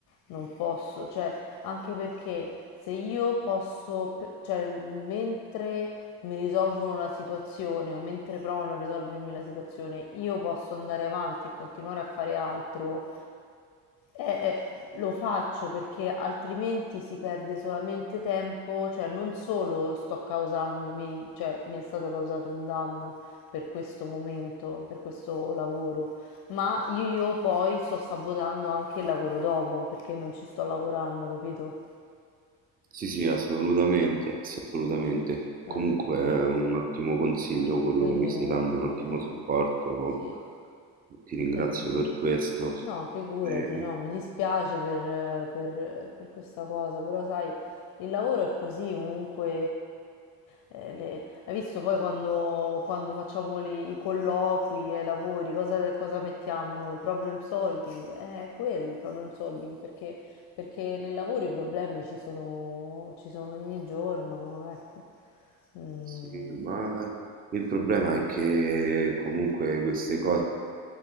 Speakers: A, on the left (about 45°); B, on the right (about 20°).
A: non posso, cioè anche perché se io posso, pe- cioè mentre mi risolvono la situazione o mentre provano a risolvermi la situazione, io posso andare avanti e continuare a fare altro, eh, eh, lo faccio perché altrimenti si perde solamente tempo, cioè non solo sto causandomi, cioè mi è stato causato un danno per questo momento, per questo lavoro, ma io, io poi sto sabotando anche il lavoro dopo perché non ci sto lavorando, capito?
B: Sì, sì, assolutamente, assolutamente.
A: Eh.
B: Comunque è un ottimo consiglio
A: Eh,
B: quello
A: quindi
B: che mi stai
A: comunque
B: dando, è un ottimo supporto,
A: sì.
B: ti ringrazio
A: Eh,
B: per questo.
A: no, figurati,
B: Eh,
A: no, mi dispiace per, per- per questa cosa, però sai, il lavoro è così, comunque, eh, le- hai visto poi quando, quando facciamo le- i colloqui e i lavori, cosa, cosa mettiamo noi? Problem solving, Eh, è quello il problem solving, perché, perché nel lavoro i problemi ci sono, ci sono ogni giorno, ecco. Mm.
B: Sì, ma il problema è che comunque queste cose